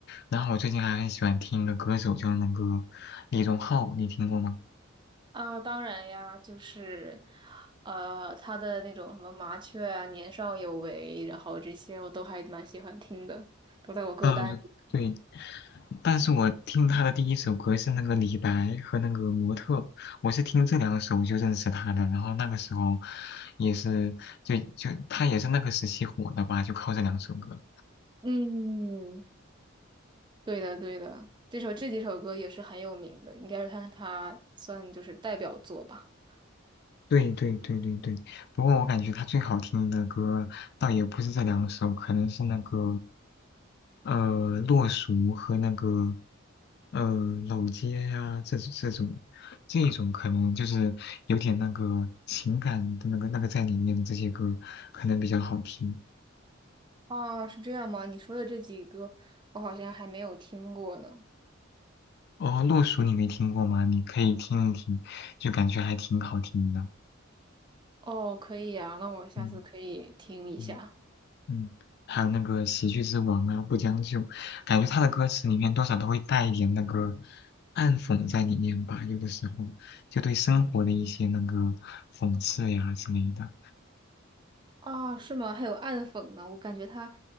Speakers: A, on the left; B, on the right.
A: 然后我最近还很喜欢听的歌手就是那个李荣浩，你听过吗？
B: 啊，当然呀，就是呃，他的那种什么麻雀啊、年少有为，然后这些我都还蛮喜欢听的，都在我歌单里。
A: 嗯，对。但是我听他的第一首歌是那个《李白》和那个《模特》，我是听这两首就认识他的。然后那个时候也是，就就他也是那个时期火的吧，就靠这两首歌。
B: 嗯，对的，对的，这首这几首歌也是很有名的，应该是他他算就是代表作吧。
A: 对对对对对，不过我感觉他最好听的歌倒也不是这两首，可能是那个呃《洛俗》和那个呃《老街啊》呀这这种这一种可能就是有点那个情感的那个那个在里面的这些歌可能比较好听。
B: 哦，是这样吗？你说的这几个，我好像还没有听过呢。
A: 哦，《洛俗》你没听过吗？你可以听一听，就感觉还挺好听的。
B: 哦，可以呀，那我下次可以听一下。
A: 嗯。嗯嗯，还有那个《喜剧之王》啊，《不将就》，感觉他的歌词里面多少都会带一点那个暗讽在里面吧，有的时候就对生活的一些那个讽刺呀之类的。
B: 啊，是吗？还有暗讽呢，我感觉他